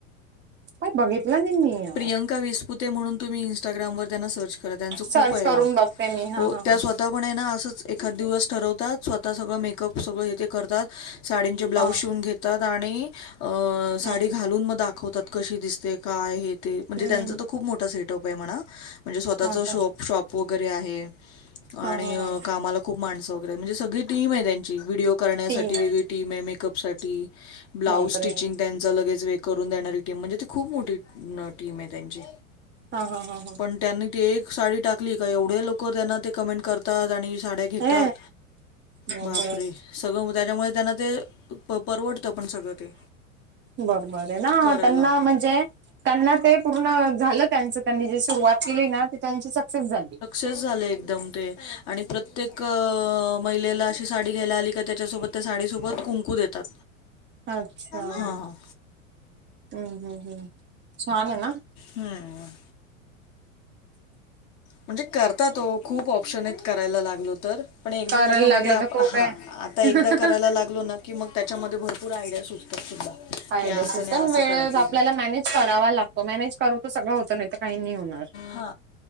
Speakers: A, on the right (about 25°); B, on the left (about 45°).
A: काय बघितलं नाही मी. यार.
B: प्रियंका विसपुते म्हणून तुम्ही इंस्टग्रामवर त्यांना सर्च क बर त्यांच
A: सर्च
B: खूपये
A: करून
B: आओ.
A: बघते मी हा
B: हो
A: हा
B: त्या
A: हा
B: स्व ता पणे ना असंच एखाद दिवस ठरवतात. स्वतः सगळं मेकअप सगळं हेथे करतात. साडचे ब्लाऊज
A: हा
B: शिवून घेतात. आणि अ साडी
A: हा
B: घालून मग दाखवतात. कशी दिसते काय हे ते. म्हणजे
A: हम्म
B: त्यांचा
A: हम्म
B: त खूप मोठा सेटअपे म्हणा. म्हणजे स्वतःच
A: हा का
B: शोप शॉप वगैरे आहे. आणि
A: हा हा हा
B: कामाला खूप माणसं वगैरे. म्हणजे सगळी टीम आहे त्यांची. व्हिडओ करण्यासाठी
A: तीन
B: वेगळी टीमे. मेकअप साठी, ब्लाउज
A: बापरे
B: स्टिचिंग त्यांन च लगेच वे करून देणारी टीम. म्हणजे ती खूप मोठी टीमे त्यांची.
A: हा हा. ह ह.
B: पण त्यांनी ते एक साडी टाकली का, एवढे लोक त्यांना ते कमेंट करतात. आणि साड्या येतात.
A: हे बर
B: बापरे. सगळं. त्याच्यामुळे त्यांना ते प परवडतं पण सगळं ते.
A: बरं बर आहे ना
B: करायला
A: त्यांना म्हणजे त्यांना ते पूर्ण झालं त्यांच त्यांनी जे सुरुवात केली ना ते त्यांची सक्सेस झाली.
B: तसचं झाल एकदम ते आणि प्रत्येक महिलेला अशी साडी घ्यायला आली का त्याच्यासोबत. त्या साडीसोबत कुंकू देतात.
A: अच्छा हम्म
B: हां
A: हम्म हम्म छान आहे ना.
B: हम्. म्हणजे करतात हो खूप ऑप्शन आहेत करायला लागलो तर. पण एकदा
A: करायला
B: त्याच्यामध्ये
A: लागलं
B: आप
A: तर खूप
B: हा
A: आहे
B: आता एकदा करायला लागलो ना. की मग त्याच्यामध्ये भरपूर आयडिया सुचतात सुद्धा.
A: काय
B: की असं
A: डस <unintelligible>
B: नाही
A: पण
B: असं
A: वेळ
B: करायचं
A: आपल्याला मॅनेज करावा लागतो मॅनेज करू तर सगळं होतं नाही तर काही नाही होणार.
B: हा